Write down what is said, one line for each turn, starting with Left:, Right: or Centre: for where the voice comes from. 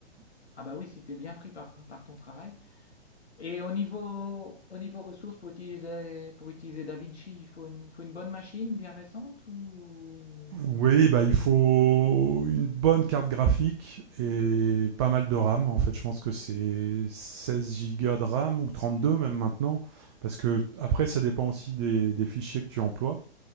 Left: Ah bah oui, si t'es bien pris par, par ton travail. Et au niveau, au niveau ressources, pour utiliser, pour utiliser DaVinci, il faut une, faut une bonne machine bien récente ou...
Right: Oui, bah, il faut une bonne carte graphique et pas mal de RAM. En fait, je pense que c'est 16 Go de RAM ou 32 même maintenant. Parce que après, ça dépend aussi des, des fichiers que tu emploies.